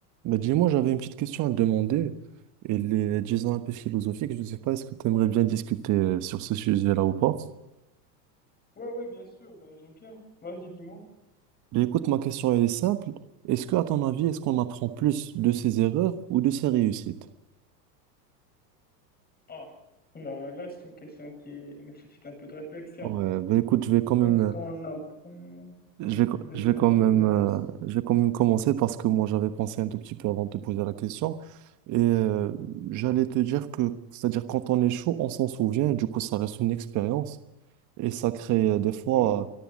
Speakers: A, on the right; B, on the left.
A: Bah, dis-moi, j'avais une petite question à te demander. Elle est, disons, un peu philosophique. Je ne sais pas, est-ce que tu aimerais bien discuter euh, sur ce sujet-là ou pas?
B: Ouais, ouais, bien sûr, ben, j'aime bien. Vas-y, dis-moi.
A: Mais écoute, ma question, elle est simple. Est-ce que, à ton avis, est-ce qu'on apprend plus de ses erreurs ou de ses réussites?
B: Ah, là, là, c'est une question qui nécessite un peu de réflexion.
A: Ouais, bah, écoute, je vais quand même,
B: Est-ce
A: euh,
B: qu'on apprend
A: je
B: un
A: vais, co-
B: peu des
A: je vais
B: erreurs
A: quand même,
B: ou des
A: euh,
B: réussites?
A: je vais quand même commencer parce que moi, j'avais pensé un tout petit peu avant de te poser la question. Et euh, j'allais te dire que, c'est-à-dire, quand on échoue, on s'en souvient, et du coup, ça reste une expérience. Et ça crée euh, des fois,
B: Oui,
A: euh,